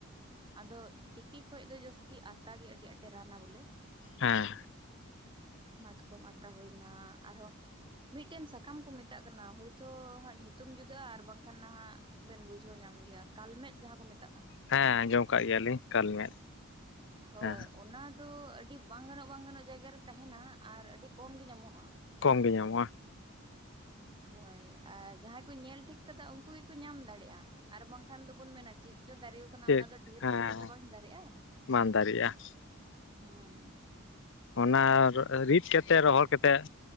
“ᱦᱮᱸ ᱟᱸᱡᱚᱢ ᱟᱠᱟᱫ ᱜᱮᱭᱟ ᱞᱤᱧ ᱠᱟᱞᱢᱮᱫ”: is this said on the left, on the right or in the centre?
Left